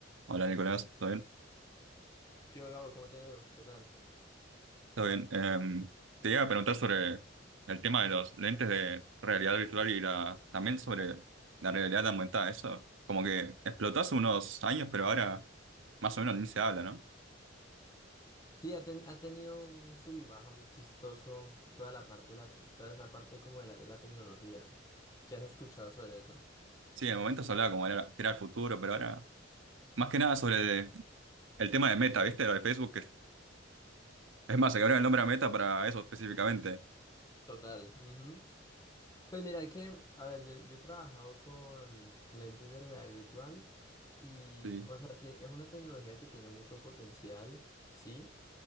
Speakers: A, on the right; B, on the left.
A: Hola Nicolás, ¿todo bien?
B: Yo Gabo? ¿Cómo te ha ido? ¿Qué tal?
A: ¿Todo bien? Em, te iba a preguntar sobre el tema de los lentes de realidad virtual y la, también sobre la realidad aumentada, eso como que explotó hace unos años, pero ahora más o menos ni se habla, ¿no?
B: Sí, ha, ten- ha tenido un sub y baja muy chistoso toda la parte, de la, toda esa parte como del área de la tecnología. ¿Qué has escuchado sobre eso?
A: Sí, en el momento se hablaba como era, que era el futuro, pero ahora más que nada sobre el, el tema de Meta, ¿viste? Lo de Facebook, que <laughs> es, más, se cambiaron el nombre a Meta para eso específicamente.
B: Total. ujú. Pues mira que, a ver, yo, yo he trabajado con lentes de realidad virtual y,
A: Sí.
B: o sea, tie- es una tecnología que tiene mucho potencial, sí,